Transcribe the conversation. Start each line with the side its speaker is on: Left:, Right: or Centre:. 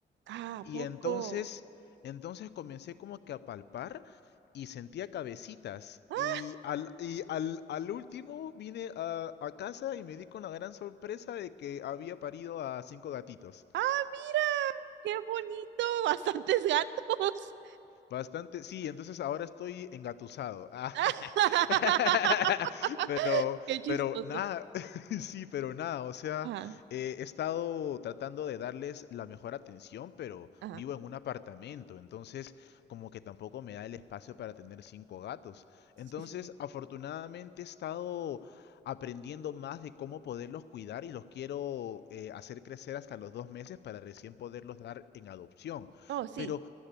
Right: Ah, ¿a
Left: Y
Right: poco.
Left: entonces, entonces comencé como que a palpar y sentía cabecitas.
Right: ¡Ah!
Left: Y al, y al, al último vine a, a casa y me di con la gran sorpresa de que había parido a cinco gatitos.
Right: ¡Ah, mira! ¡Qué bonito! Bastantes gatos.
Left: Bastante, sí, entonces ahora estoy engatusado. Ah,
Right: <laughs>
Left: <laughs> Pero,
Right: Qué chistoso.
Left: pero nada, <laughs> sí, pero nada, o sea,
Right: Ajá,
Left: eh, he estado tratando de darles la mejor atención, pero
Right: ajá.
Left: vivo en un apartamento, entonces como que tampoco me da el espacio para tener cinco gatos.
Right: Sí,
Left: Entonces,
Right: sí, sí.
Left: afortunadamente he estado aprendiendo más de cómo poderlos cuidar y los quiero eh, hacer crecer hasta los dos meses para recién poderlos dar en adopción.
Right: Oh, sí.
Left: Pero